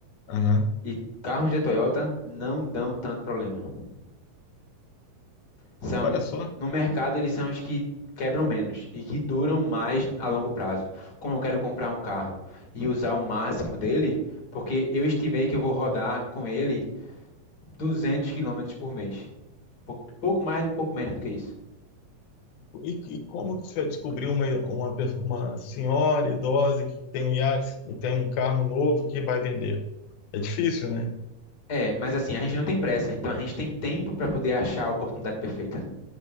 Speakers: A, on the left; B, on the left.
A: Aham.
B: E carros de Toyota não dão tanto problema. São
A: Olha só.
B: no mercado eles são os que quebram menos e que duram mais a longo prazo. Como eu quero comprar um carro e usar o máximo dele, porque eu estimei que eu vou rodar com ele 200 quilômetros por mês. Pouco mais, pouco menos do que isso.
A: E, e como que você vai descobrir uma, uma, pe- uma senhora idosa que tem um Yaris, que tem um carro novo que vai vender? É difícil, né?
B: É, mas assim, a gente não tem pressa, então a gente tem tempo para poder achar a oportunidade perfeita.